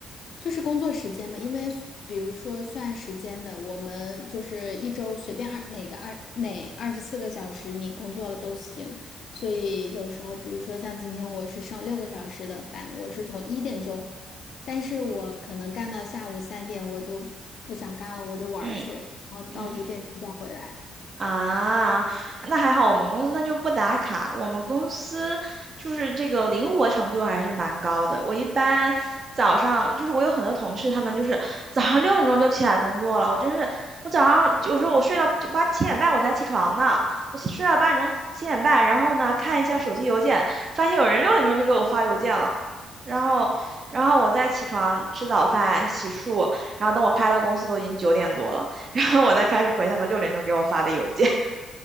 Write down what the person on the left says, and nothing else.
就是工作时间嘛，因为比如说算时间的，我们就是一周随便二哪个二哪二十四个小时你工作了都行，所以有时候比如说像今天我是上六个小时的班，我是从一点钟，但是我可能干到下午三点我就不想干了，我就玩儿去了，
然后到五点钟再回来